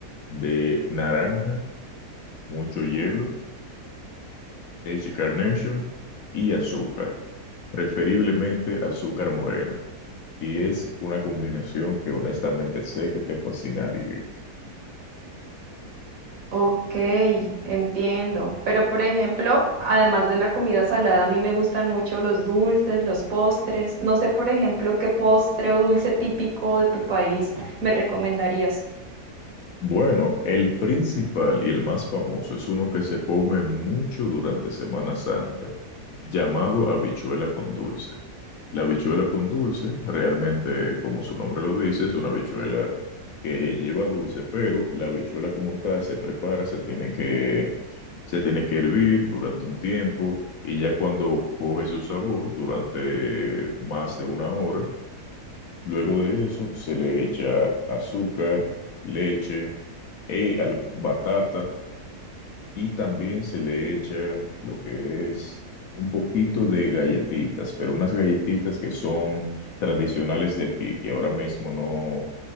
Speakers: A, on the left (about 70°); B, on the right (about 60°).
A: de naranja, mucho hielo, leche Carnation y azúcar, preferiblemente azúcar morena y es una combinación que honestamente sé que te fascinaría.
B: Ok, entiendo. Pero por ejemplo, además de la comida salada, a mí me gustan mucho los dulces, los postres. No sé, por ejemplo, qué postre o dulce típico de tu país me recomendarías.
A: Bueno, el principal y el más famoso es uno que se come mucho durante Semana Santa, llamado habichuela con dulce. La habichuela con dulce, realmente, como su nombre lo dice, es una habichuela que lleva dulce, pero la habichuela como tal se prepara, se tiene que, se tiene que hervir durante un tiempo y ya cuando coge su sabor, durante más de una hora, Luego de eso, se le echa azúcar, leche, e- al- batata y también se le echa lo que es un poquito de galletitas, pero unas galletitas que son tradicionales de aquí, que ahora mismo no,